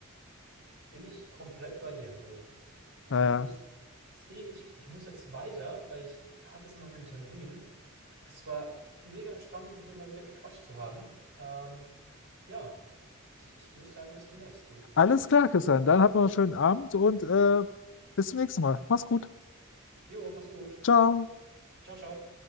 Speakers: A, on the right; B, on the left.
A: bin ich komplett bei dir, du. Ähm,
B: Naja.
A: ich sehe, ich, ich muss jetzt weiter, weil ich habe jetzt noch einen Termin. Es war mega spannend, mit dir mal wieder gequatscht zu haben. Ähm, ja, ich, ich würde sagen, bis demnächst, du.
B: Alles klar, Christian. Dann habt noch einen schönen Abend und äh, bis zum nächsten Mal. Mach's gut.
A: Jo, mach's gut.
B: Ciao.
A: Ciao, ciao.